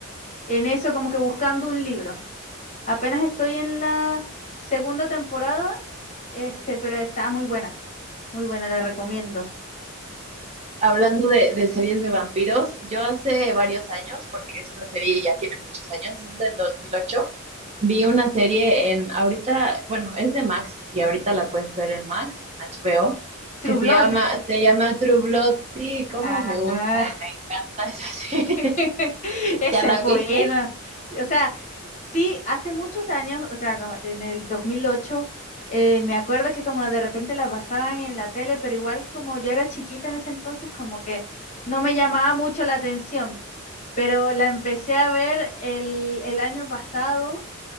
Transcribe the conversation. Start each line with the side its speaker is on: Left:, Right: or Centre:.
Left: en eso como que buscando un libro. Apenas estoy en la segunda temporada, este, pero está muy buena, muy buena, la recomiendo.
Right: Hablando de, de series de vampiros, yo hace varios años, porque esta serie ya tiene muchos años, es del 2008, vi una serie en, ahorita, bueno, es de Max y ahorita la puedes ver en Max, en HBO,
Left: True
Right: que
Left: Blood.
Right: se llama, se llama True Blood. Sí, cómo
Left: Ah,
Right: me gusta, me
Left: <laughs>
Right: encanta esa serie.
Left: <laughs>
Right: <laughs>
Left: Esa
Right: ¿Ya la
Left: es buena.
Right: viste?
Left: O sea, sí, hace muchos años, o sea, como en el 2008, eh, me acuerdo que como de repente la pasaban en la tele, pero igual como yo era chiquita en ese entonces, como que no me llamaba mucho la atención, pero la empecé a ver el, el año pasado